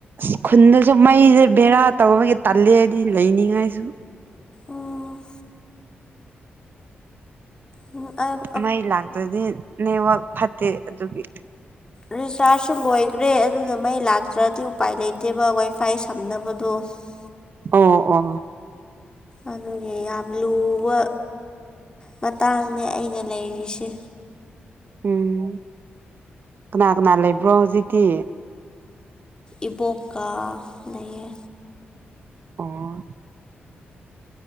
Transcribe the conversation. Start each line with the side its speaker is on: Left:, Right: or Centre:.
Right: ꯑꯋ ꯈꯨꯟꯗꯁꯨ ꯃꯩꯁꯦ ꯕꯦꯔꯥ ꯇꯧꯕꯒꯤ ꯇꯜꯂꯦꯗꯤ ꯂꯩꯅꯤꯡꯉꯥꯏꯁꯨ
Left: ꯑꯣ ꯎ ꯑ <unintelligible>
Right: ꯃꯩ ꯂꯥꯛꯇ꯭ꯔꯗꯤ ꯅꯦꯋꯥꯛ ꯐꯠꯇꯦ ꯑꯗꯨꯒꯤ
Left: ꯔꯤꯆꯥꯔꯖꯁꯨ ꯂꯣꯏꯒ꯭ꯔꯦ ꯑꯗꯨꯅ ꯃꯩ ꯂꯥꯛꯇ꯭ꯔꯗꯤ ꯎꯄꯥꯏ ꯂꯩꯇꯦꯕ ꯋꯥꯏ ꯐꯥꯏ ꯁꯝꯅꯕꯗꯣ <unintelligible>
Right: ꯑꯣ ꯑꯣ
Left: ꯑꯗꯨꯒꯤ ꯌꯥꯝ ꯂꯨꯕ ꯃꯇꯥꯡꯅꯦ ꯑꯩꯅ ꯂꯩꯔꯤꯁꯦ
Right: ꯎꯝ ꯀꯅꯥ ꯀꯅꯥ ꯂꯩꯕ꯭ꯔꯣ ꯍꯧꯖꯤꯛꯇꯤ
Left: ꯏꯕꯣꯛꯀꯥ ꯂꯩꯌꯦ
Right: ꯑꯣ